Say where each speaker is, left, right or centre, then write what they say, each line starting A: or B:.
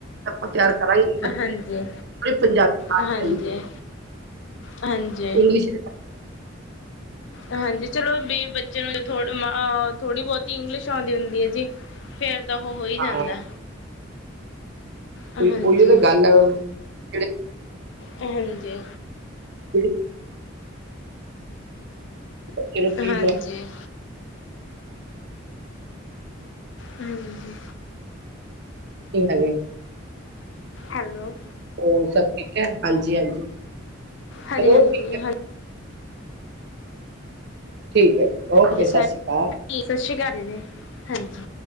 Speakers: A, on the right (about 55°); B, on the left (about 65°).
A: ਆਪਾਂ ਤਿਆਰ ਕਰਾਂਗੇ ਪ
B: ਹਾਂਜੀ
A: ਪੰਜਾਬੀ
B: ਹਾਂਜੀ
A: ਚ
B: ਹਾਂਜੀ
A: ਇੰਗਲਿਸ਼
B: ਹਾਂਜੀ ਚਲੋ ਵੀ ਬੱਚੇ ਨੂੰ ਥੋੜ ਮ ਥੋੜ੍ਹੀ ਬੋਤ ਇੰਗਲਿਸ਼ ਔਂਦੀ ਹੁੰਦੀ ਹੈ ਜੀ ਫੇਰ ਤਾਂ ਉਹ ਹੋ ਹੀ
A: ਹਾਂ
B: ਜਾਂਦਾ ਹਾਂਜੀ
A: ਉਹੀ ਤਾਂ ਗੱਲ ਹੈ ਜੇੜੇ
B: ਹਾਂਜੀ
A: ਜਿਹੜੀ ਬੱਚੇ ਨੂੰ ਕੀ
B: ਹਾਂਜੀ
A: ਬਣਾ
B: ਹਾਂ ਜ
A: ਠੀਕ ਹੈ ਜੇ
B: ਹੈਲੋ
A: ਹੋਰ ਸਭ ਠੀਕ ਹੈ ਹਾਂਜੀ ਹਾਂਜੀ ਚਲੋ
B: ਹਾਂਜੀ ਹਾਂਜੀ
A: ਠੀਕ ਹੈ
B: ਹਾਂਜੀ
A: ਠੀਕ ਹੈ ਜੀ
B: ਹਾਂਜੀ
A: ਓਕੇ ਸਤਿ
B: ਸਾਰੇ
A: ਸ਼੍ਰੀ ਅਕਾਲ
B: ਸਤਿ ਸ਼੍ਰੀ ਅਕਾਲ ਜ ਜ ਹਾਂਜੀ